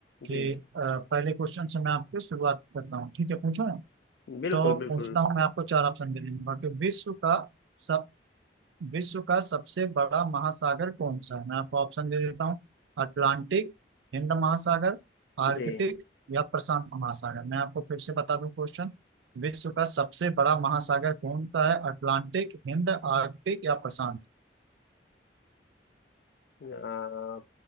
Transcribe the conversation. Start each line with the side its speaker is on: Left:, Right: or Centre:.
Right: कि
Left: जी
Right: अ, पहले क्वेश्चन से मैं आपकी शुरुआत करता हूँ ठीक है पूछूं
Left: बिल्कुल
Right: तो
Left: बिल्कुल
Right: पूछता हूँ मैं आपको चार ऑप्शन दे दूंगा कि विश्व का सब विश्व का सबसे बड़ा महासागर कौन सा है मैं आपको ऑप्शन दे देता हूँ अटलांटिक हिंद महासागर आर्कटिक
Left: जी
Right: या प्रशांत महासागर मैं आपको फिर से बता दूं क्वेश्चन विश्व का सबसे बड़ा महासागर कौन सा है अटलांटिक हिंद आर्कटिक या प्रशांत
Left: अ,